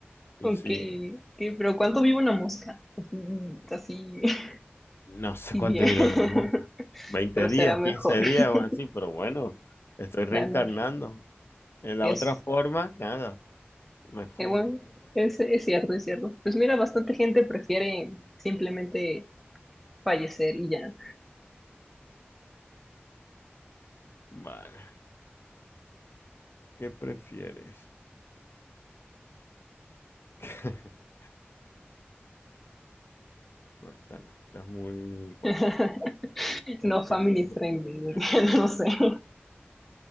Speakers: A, in the centre; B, on the left.
A: Ok,
B: sí,
A: ok, pero ¿cuánto vive una mosca? Mm, Así, <laughs>
B: no sé
A: así
B: cuánto
A: bien,
B: dura
A: <laughs>
B: una mosca, 20
A: pero
B: días,
A: será mejor
B: 15 días
A: <laughs>
B: o así, pero bueno, estoy reencarnando.
A: ganar.
B: En la
A: Es,
B: otra forma, nada, me fumo.
A: eh, bueno, es, es cierto, es cierto. Pues mira, bastante gente prefiere simplemente fallecer y ya.
B: Vale, ¿qué prefieres? <laughs> Bueno, esta no, esta es muy gorda.
A: <laughs>
B: <laughs>
A: No family friendly, <laughs> no sé.